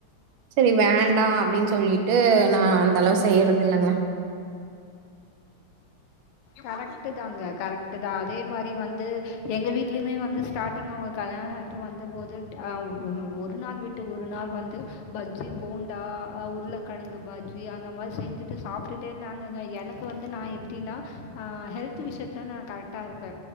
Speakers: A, on the right; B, on the left.
A: சேரி வேண்டா அப்டின்னு சொல்லிட்டு நா அந்த அளவு செய்யறது இல்லங்க
B: கரெக்ட் தாங்க கரெக்ட்தா அதே மாதிரி வந்து எங்க வீட்லயுமே வந்து ஸ்டார்டிங் அவங்க கல்யாணோ ஆய்ட்டு வந்தபோது அ ம் ஒரு நாள் விட்டு ஒரு நாள் வந்து ப ஜ்ஜி, போண்டா அ உர்ளக்கெழங்கு பஜ்ஜி அந்த மாரி செஞ்சுட்டு சாப்ட்டுட்டே இருந்தாங்கங்க எனக் கு வந்து நா எப்டினா அ ஹெல்த்து விஷ்யத்துல நா கரெக்டா இருப்பே